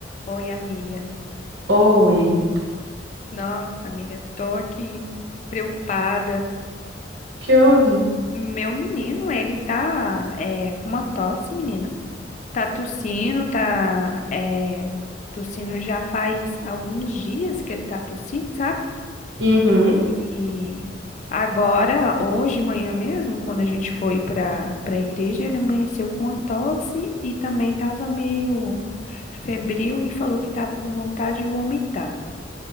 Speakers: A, on the left; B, on the right.
A: Oi, amiga.
B: Oi,
A: Nossa, amiga, tô aqui preocupada.
B: que houve?
A: Meu menino, ele tá é, com uma tosse, menina. Tá tossindo, tá é, tossindo já faz alguns dias que ele tá tossindo, sabe?
B: Uhum.
A: E agora, hoje, de manhã mesmo, quando a gente foi para para a igreja, ele amanheceu com uma tosse e também tava meio febril e falou que tava com vontade de vomitar.